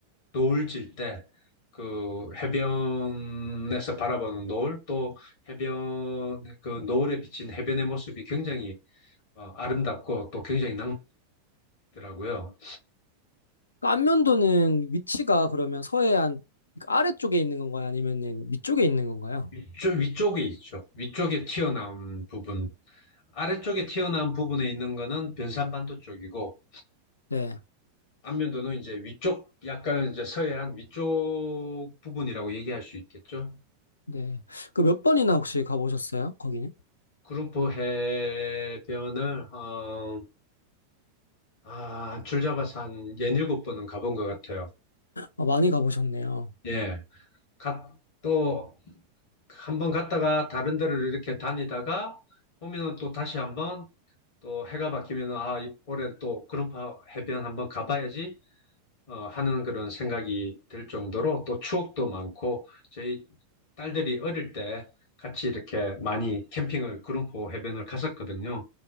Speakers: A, on the left (about 55°); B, on the left (about 75°).
A: 노을 질 때 그 해변에서 바라보는 노을 또 해변 그 노을에 비친 해변의 모습이 굉장히 어, 아름답고 또 굉장히 낭만적이더라고요.
B: 그러니까 안면도는 위치가 그러면 서해안 그러니까 아래쪽에 있는 건가요? 아니면은 위쪽에 있는 건가요?
A: 위쪽, 위쪽에 있죠. 위쪽에 튀어나온 부분. 아래쪽에 튀어나온 부분에 있는 거는 변산반도 쪽이고,
B: 네.
A: 안면도는 이제 위쪽, 약간 이제 서해안 위쪽 부분이라고 얘기할 수 있겠죠.
B: 네. 그 몇 번이나 혹시 가보셨어요? 거기는?
A: 구름포 해변을, 어, 아, 줄 잡아서 한 예닐곱 번은 가본 것 같아요.
B: 아, 많이 가보셨네요.
A: 예. 갔, 또, 한 번 갔다가 다른 데를 이렇게 다니다가 오면은 또 다시 한번 또 해가 바뀌면은 아, 이- 올해는 또 구름포 해변 한번 가봐야지 어, 하는 그런 생각이 들 정도로 또 추억도 많고 저희 딸들이 어릴 때 같이 이렇게 많이 캠핑을 구름포 해변을 갔었거든요.